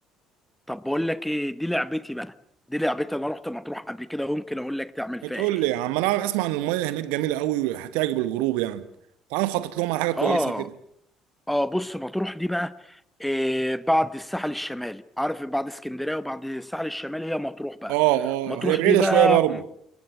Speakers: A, in the centre; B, on the right (about 65°).
A: طب بقول لك ايه دي لعبتي بقى دي لعبتي انا رحت مطروح قبل كده وممكن اقول لك تعمل فيها
B: بتقول
A: ايه
B: لي يا عم انا عارف اسمع ان الميه هناك جميله قوي وهتعجب الجروب يعني تعال نخطط لهم على حاجه كويسه
A: اه
B: كده
A: اه بص مطروح دي بقى إيه بعد الساحل الشمالي عارف بعد اسكندرية وبعد الساحل الشمالي هي مطروح بقى
B: اه اه
A: مطروح
B: هي بعيده
A: دي بقى
B: شويه برضه